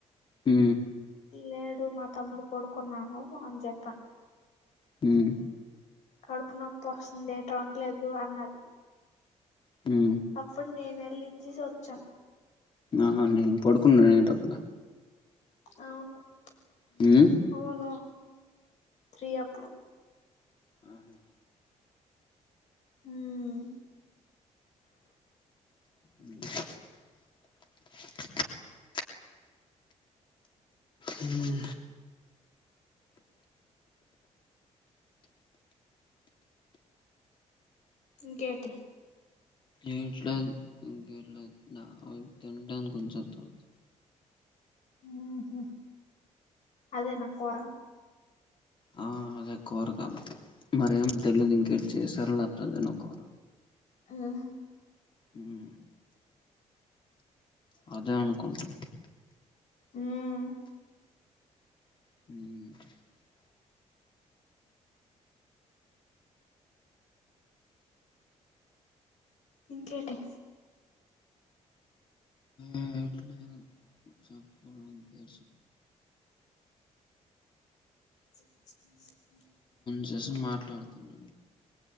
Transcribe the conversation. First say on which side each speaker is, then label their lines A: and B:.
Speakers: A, on the left; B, on the left.
A: ఉ
B: లేడు మా తమ్ముడు పడుకున్నాడు అని చెప్పా
A: హ్మ్
B: కడుపు నొప్పోస్తుంది ఎటో లెగు అన్నది
A: ఉ
B: అప్పుడు నేను ఎళ్ళి ఇచ్చిసి వచ్చా
A: ఆహా నేను పడుకున్నానెంటప్పుడు
B: అవును హ్మ్
A: ఉమ్
B: అవును త్రీ అప్పుడు
A: ఆహా
B: హ్మ్
A: బ్లాంక్ హ్మ్మ్
B: ఇంకేటి
A: ఎట్లేదు ఇంకెట్లే తింటాను కొంచెపు తర్వాత
B: ఉహు అదే నా కోర
A: ఆ అదే కోరగలు మరేం తెలీదు ఇంకేటి చేసారు లే దనేను కూర
B: ఆహ
A: ఉమ్ అదే అనుకుంటుంటే
B: హ్మ్
A: ఉమ్
B: ఇంకేటి
A: ఇంకెట్లే చెప్పాలి నువ్వే
B: బ్లాంక్
A: జెస్సి మాట్లాడుతున్నా